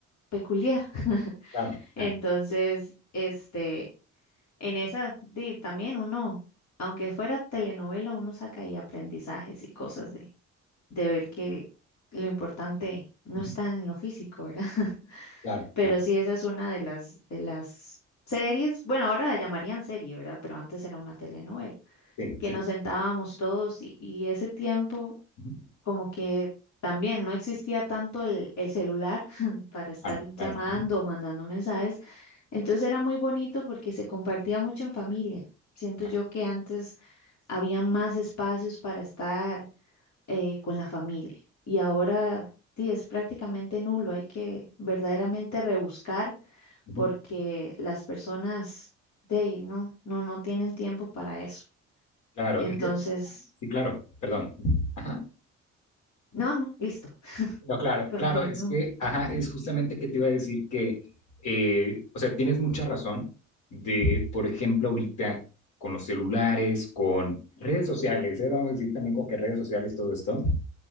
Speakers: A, on the left; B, on the left.
A: peculiar. <laughs>
B: claro, claro,
A: Entonces, este, en esa, di, también uno, aunque fuera telenovela, uno saca ahí aprendizajes y cosas de, de ver que lo importante no
B: ujú,
A: está en lo físico, ¿verdad? <laughs>
B: claro,
A: Pero
B: claro.
A: sí, esa es una de las, de las series, bueno, ahora la llamarían serie, ¿verdad? Pero antes era una telenovela.
B: Sí,
A: que
B: sí.
A: nos
B: sí.
A: sentábamos todos y, y ese tiempo
B: Ujú.
A: como que también no existía tanto el, el celular <laughs> para estar
B: Claro, claro.
A: llamando
B: ajá,
A: o mandando mensajes. Entonces era muy bonito porque se compartía mucho en familia. Siento
B: claro.
A: yo que antes había más espacios para estar eh, con la familia y ahora sí es prácticamente nulo. Hay que verdaderamente rebuscar
B: Ujú.
A: porque las personas de ahí no, no, no tienen tiempo para eso.
B: Claro,
A: Entonces,
B: y fíjate- sí, claro, perdón. Ajá.
A: No, no, listo.
B: No, claro,
A: Continúa.
B: claro, es que, ajá, es justamente que te iba a decir que, eh, o sea, tienes mucha razón de, por ejemplo, ahorita con los celulares, con redes sociales, ¿eh? Vamos a decir también con que redes sociales, todo esto,